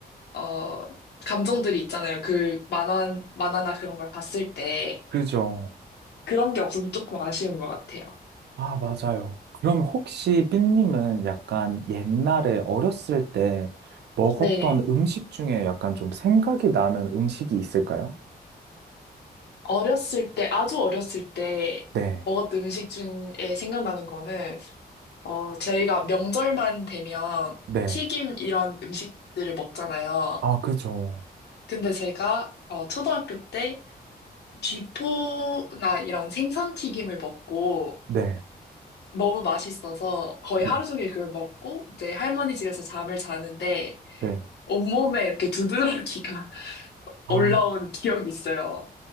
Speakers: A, on the left (about 85°); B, on the right (about 85°).
A: 어, 감정들이 있잖아요. 그 만화, 만화나 그런 걸 봤을 때
B: 그죠?
A: 그런 게 없으면 조금 아쉬운 것 같아요.
B: 아, 맞아요. 그럼 혹시 삐님은 약간 옛날에 어렸을 때 먹었던
A: 네.
B: 음식 중에 약간 좀 생각이 나는 음식이 있을까요?
A: 어렸을 때, 아주 어렸을 때
B: 네,
A: 먹었던 음식 중에 생각나는 거는 어, 저희가 명절만 되면
B: 네.
A: 튀김 이런 음식들을 먹잖아요.
B: 아, 그죠.
A: 근데 제가 어, 초등학교 때 쥐포나 이런 생선 튀김을 먹고
B: 네,
A: 너무 맛있어서 거의
B: 네,
A: 하루 종일 그걸 먹고 이제 할머니 집에서 잠을 자는데
B: 네.
A: 온몸에 이렇게 두드러기가 <laughs>
B: 아,
A: 올라온 기억이 있어요.